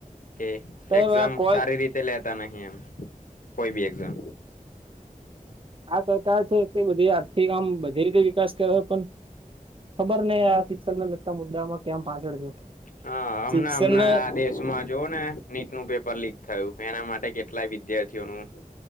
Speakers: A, on the left; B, on the right.
A: કે
B: સાહેબ
A: એક્ઝામ
B: આ કોલ
A: સારી રીતે લે <unintelligible> નહી એમ કોઈ બી એક્ઝામ
B: આ સરકાર છે તે બધી આ તે આમ બધી રીતે વિકાસ કરે પણ ખબર નહીં આ શિક્ષણના લગતા મુદ્દામાં કેમ પાછળ છે.
A: હા હમણા
B: શિક્ષણ
A: ને હમણાં આ દેશમાં જોવો ને નીટ નું પેપર લીક થયું. મે એના માટે કેટલા વિદ્યાર્થીઓ નું